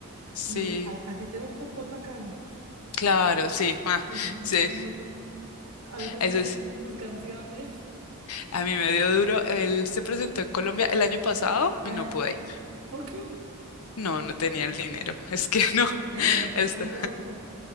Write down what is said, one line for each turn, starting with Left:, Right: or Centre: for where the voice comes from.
Left: sí.
Right: ¿Y a, a ti te gusta Paul McCartney?
Left: Claro, sí, ah,
Right: Ay, mira,
Left: sí,
Right: qué hermoso. A mí también
Left: eso
Right: me encantan
Left: es.
Right: sus canciones.
Left: A mí me dio duro. Él se presentó en Colombia el año pasado
Right: <laughs>
Left: y
Right: Ajá.
Left: no pude ir.
Right: ¿Por qué?
Left: No, no tenía el dinero. <laughs> Es que no,
Right: Eh,
Left: <laughs>
Right: bueno, sí,
Left: esto.
Right: está un poco caro.